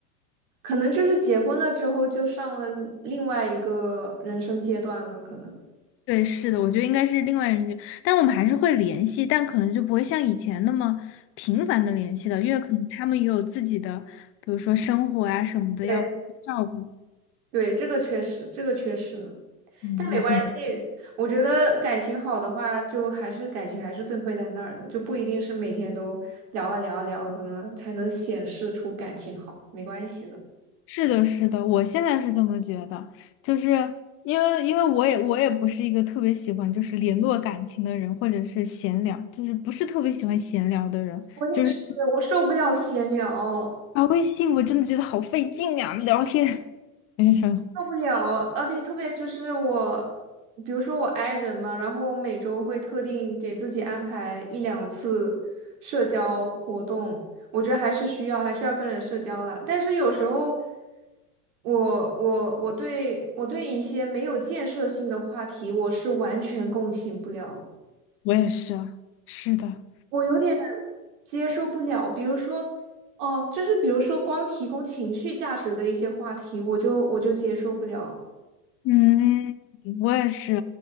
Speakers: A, on the right; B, on the left.
A: 可能就是结婚了之后就上了另外一个人生阶段了，可能。
B: 对，是的，我觉得应该是另外人就，但我们还是会联系，但可能就不会像以前那么频繁的联系了，因为可能他们也有自己的，比如说生活啊什么的要照顾。
A: 对。对，这个确实，这个确实呢，
B: 嗯，
A: 但没关系。
B: <laughs> 很。
A: 我觉得感情好的话，就还是感情还是最会在那儿的，就不一定是每天都聊啊聊啊聊，怎么才能显示出感情好？没关系的。
B: 是的，是的，我现在是这么觉得，就是因为因为我也我也不是一个特别喜欢就是联络感情的人，或者是闲聊，就是不是特别喜欢闲聊的人，
A: 我也是，
B: 就是
A: 我受不了闲聊。
B: 啊微信我真的觉得好费劲啊，聊天。<laughs> 没什么，
A: 受不了，啊，对，特别就是我，比如说我 i 人嘛，然后我每周会特定给自己安排一两次社交活动，我觉得还是需要，还是要跟人社交的。但是有时候我，我我对我对一些没有建设性的话题，我是完全共情不了，
B: 我也是啊，是的，
A: 我有点接受不了。比如说，哦，就是比如说光提供情绪价值的一些话题，我就我就接受不了。
B: 嗯，我也是，